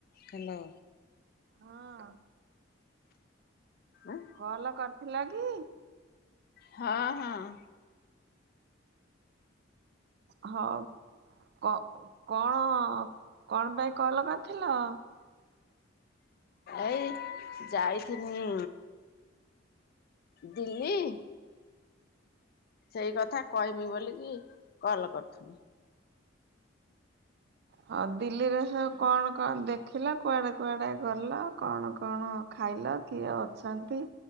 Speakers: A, on the left; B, on the right.
A: ହ୍ୟାଲୋ।
B: ହଁ।
A: ଆଁ।
B: କଲ କରିଥିଲ କି?
A: ହଁ ହଁ।
B: ହଁ କ କଣ କଣପାଇଁ କଲ୍ କରିଥିଲ?
A: ଏଇ ଯାଇଥିନି ଦିଲ୍ଲୀ। ସେଇ କଥା କହିମି ବୋଲିକି କଲ୍ କରୁଥୁନି।
B: ହଁ ଦିଲ୍ଲୀରେ ସୁବୁ କଣ କଣ ଦେଖିଲ, କୁଆଡେ କୁଆଡେ ଗଲ, କଣ କଣ ଖାଇଲ? କିଏ ଅଛନ୍ତି